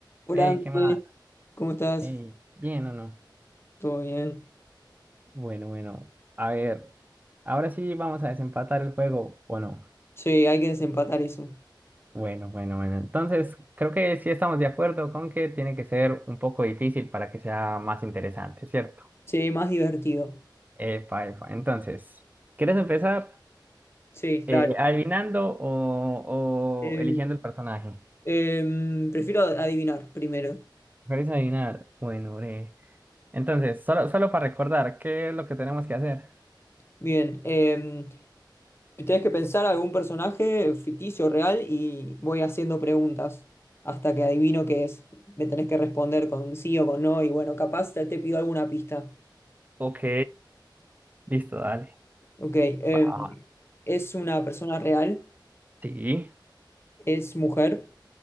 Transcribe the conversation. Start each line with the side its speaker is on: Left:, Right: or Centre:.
Left: Hola,
Right: Ey,
Left: Andrés,
Right: ¿qué más?
Left: ¿cómo estás?
Right: Ey, ¿bien o no?
Left: ¿Todo bien?
Right: Bueno, bueno, a ver, ahora sí vamos a desempatar el juego, ¿o no?
Left: Sí, hay que desempatar eso.
Right: Bueno, bueno, bueno. Entonces, creo que sí estamos de acuerdo con que tiene que ser un poco difícil para que sea más interesante, ¿cierto?
Left: Sí, más divertido.
Right: Epa, epa. Entonces, ¿quieres empezar
Left: Sí, dale.
Right: eh, adivinando o,
Left: Eh,
Right: o eligiendo el personaje?
Left: em, prefiero adivinar primero.
Right: ¿Quieres adivinar? Bueno, breve. Entonces, solo, solo para recordar, ¿qué es lo que tenemos que hacer?
Left: Bien, em, tenés que pensar algún personaje ficticio, real, y voy haciendo preguntas hasta que adivino qué es. Me tenés que responder con sí o con no, y bueno, capaz te, te pido alguna pista.
Right: Ok, listo, dale.
Left: Ok, em,
Right: Va,
Left: ¿es una persona real?
Right: Sí.
Left: ¿Es mujer?